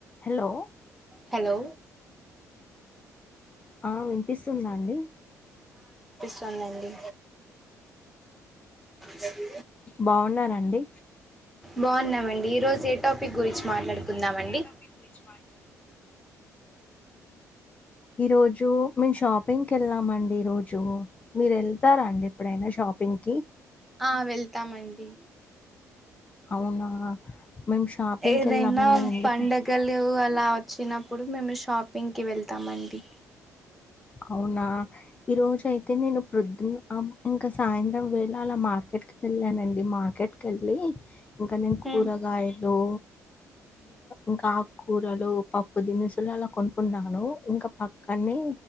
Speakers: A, on the left; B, in the centre.
A: Hello
B: hello
A: ఆ వినిపిస్తుందా అండి
B: కలండి ్హ్హ్
A: బాగున్నారండి
B: బాగున్నామండి ఈరోజ ఎట్ టాపిక్ గురించి
A: బాగున్నామండి
B: మాట్లాడుకుందామండి
A: ఈ రోజు ఏ టాపిక్ గురించి ఈరోజు మేము షాపింగ్కి వెళ్దామండి ఈరోజు మీరు వెళ్తారా అండి ఎప్పుడైనా షాపింగ్కిి
B: ఆ వెళ్తామండి
A: అవునా మేము షాపింగ్కి
B: ఏదైనా
A: వెళ్ళామండి ఎందుకు
B: పండగలు
A: ఏదైనా
B: అలా వచ్చినప్పుడు మేము షాపింగ్కి వెళ్తామండి
A: అవునా ఈ రోజు అయితే నేను ప్రొద్దున ఇంకా సాయంత్రం వేళ అలా మార్కెట్ కి వెళ్ళానండి మార్కెట్ కి వెళ్ళి ఇంకానే కూరగాయలు
B: ఉమ్
A: ఇంకా ఆకూరలు పప్పు దినుసులు అలా కొనుక్కున్నాను ఇంకా పక్కనే